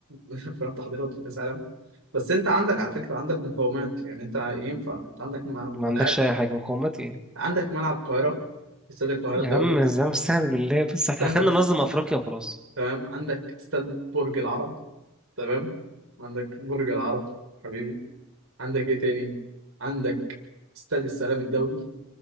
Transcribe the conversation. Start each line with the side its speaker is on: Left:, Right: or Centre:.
Right: <laughs> فاهم تحضيرات في كاس العالم بس انت عندك على فكره عندك مقومات يعني انت ينفع انت عندك م-
Centre: ما
Right: ملاعب
Centre: عندكش اي حاجه مقاومات يعني
Right: عندك ملعب القاهره استاد القاهره
Centre: يا
Right: الدولي
Centre: عم زي ما استهان بالله بس احنا
Right: استنى
Centre: خلينا
Right: بس
Centre: ننظم افريقيا وخلاص
Right: تمام عندك استاد برج العرب تمام عندك برج العرب حبيبي عندك ايه تاني عندك استاد السلام الدولي